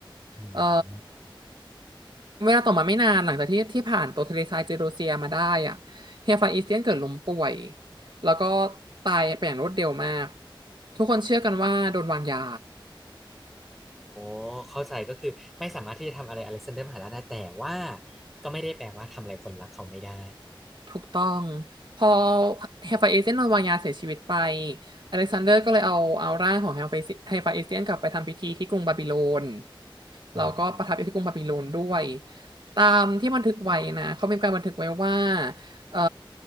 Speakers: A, in the centre; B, on the right.
A: อืม
B: เอ่อเวลาต่อมาไม่นานหลังจากที่ที่ผ่านตัวเทเลซายเจโรเซียมาได้อ่ะเฮียฟานอีสเตียนเกิดล้มป่วยแล้วก็ตายไปอย่างรวดเร็วมากทุกคนเชื่อกันว่าโดนวางยา
A: โอ้เข้าใจก็คือไม่สามารถที่จะทำอะไรอเล็กซานเดอร์มหาราชได้แต่ว่าก็ไม่ได้แปลว่าทำอะไรคนรักเขาไม่ได้
B: ถูกต้องพอเฮลไฟเอเซียนโดนวางยาเสียชีวิตไปอเล็กซานเดอร์ก็เลยเอาเอาร่างของเฮลไฟเฮลไฟเอเซียนกลับไปทำพิธีที่กรุงบาบิโลน
A: อ่า
B: แล้วก็ประทับอยู่ที่กรุงบาบิโลนด้วยตามที่บันทึกไว้นะเขามีการบันทึกไว้ว่าเอ่อ